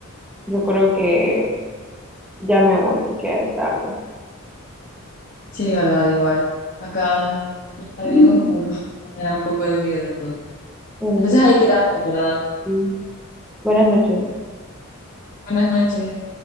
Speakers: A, in the centre; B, on the left (about 40°).
A: yo creo que ya me voy porque ya es tarde.
B: Sí, verdad, igual. Acá ya está
A: <laughs>
B: bien oscuro. <laughs> Me da un poco de miedo entonces.
A: Pero
B: Entonces
A: bueno,
B: ahí quedamos, ¿verdad?
A: Sí. Buenas noches.
B: Buenas noches.